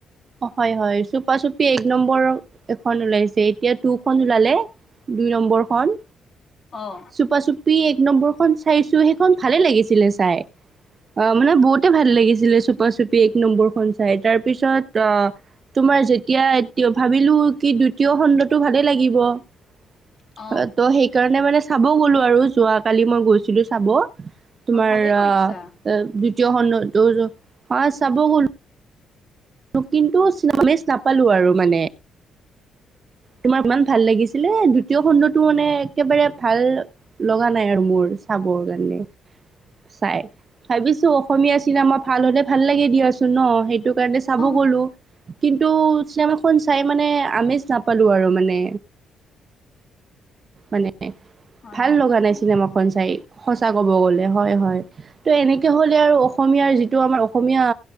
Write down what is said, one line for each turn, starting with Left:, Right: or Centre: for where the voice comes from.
Right: হয় হয়, চুপা চুপি এক নম্বৰ এখন ওলাইছে। এতিয়া টুখন ওলালে। দুই নম্বৰখন।
Left: অহ
Right: চুপা চুপি এক নম্বৰখন চাইছো, সেইখন ভালে লাগিছিলে চাই। অ মানে বহুতে ভাল লাগিছিলে চুপা চুপি এক নম্বৰখন চাই তাৰপিছত আহ তোমাৰ যেতিয়া এতিয়া ভাবিলো কি, দ্বিতীয় খণ্ডটো ভালে লাগিব। অ ত
Left: অ
Right: সেই সেইকাৰণে মানে চাব গ'লো আৰু যোৱ কালি মই গৈছিলো চাব, তোমাৰ
Left: অ ভালেই কৰিছা
Right: আহ এ দ্বিতীয় খণ্ড হা চাব গ'লো কিন্তু নাপালো আৰু মানে। তোমাৰ ইমান ভাল লাগিছিলে, এ দ্বিতীয় খণ্ডটো মানে একেবাৰে ভাল লগা নাই আৰু মোৰ চাবৰ কাৰণে চাই। ভাবিছো অসমীয়া চিনেমা ভাল হলে ভাল লাগে দিয়াচোন ন সেইটো কাৰণে চাব
Left: অ
Right: গলো। কিন্তু চিনেমাখন চাই মানে আমেজ চাই পালো আৰু মানে, মানে
Left: হয়
Right: ভাল
Left: নেকি
Right: লগা নাই চিনেমাখন চাই ঋণ, সঁচা ক'ব গলে হয় হয়। ত এনেকে হ'লে আৰু অসমীয়াৰ যিটো আমাৰ অসমীয়া